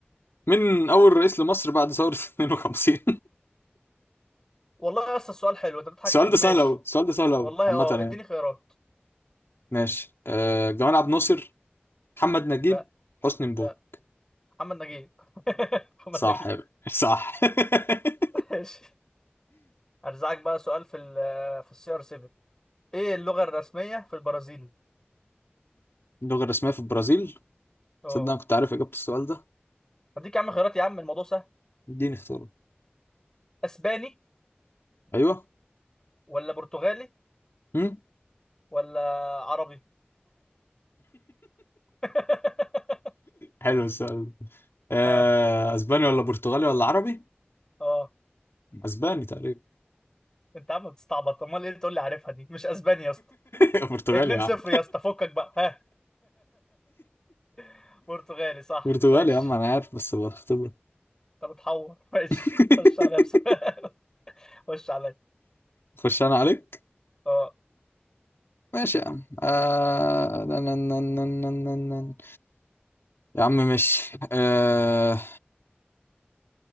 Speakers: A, on the left; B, on the left.
A: مين اول رئيس لمصر بعد ثورة 52
B: والله يا اسطى السؤال حلو
A: <laughs>
B: انت بتضحك
A: السؤال
B: ليه
A: ده سهل
B: ماشي
A: قوي السؤال ده سهل قوي
B: والله
A: عامة
B: اه
A: يعني
B: اديني خيارات
A: ماشي آه... جمال عبد الناصر محمد نجيب
B: لا
A: حسني مبارك
B: لا محمد نجيب <laughs> محمد
A: صح
B: نجيب
A: يا باشا صح <laughs>
B: ماشي ارزعك بقى سؤال في ال في السي ار 7 ايه اللغة الرسمية في البرازيل
A: اللغة الرسمية في البرازيل
B: اه
A: صدق أنا كنت عارف إجابة السؤال ده
B: هديك يا عم خيارات يا عم الموضوع سهل
A: اديني اختيارات
B: اسباني
A: أيوه
B: ولا برتغالي
A: هم؟
B: ولا عربي <laughs>
A: حلو السؤال ده آه،
B: ها
A: أسباني ولا برتغالي ولا عربي؟
B: اه
A: أسباني تقريبا
B: انت عم بتستعبط امال ايه اللي تقول لي عارفها دي مش اسباني يا اسطى
A: <laughs> برتغالي
B: 2
A: يا
B: 0
A: عم
B: يا اسطى فكك بقى ها <laughs> برتغالي صح
A: برتغالي
B: ماشي
A: يا عم أنا عارف بس بختبرك
B: انت بتحور ماشي
A: <laughs>
B: خش عليا بسؤال <laughs> خش عليا
A: خش أنا عليك
B: اه
A: ماشي يا عم آه... نن- نن- نن- نن- نن- نن. يا عم ماشي آه...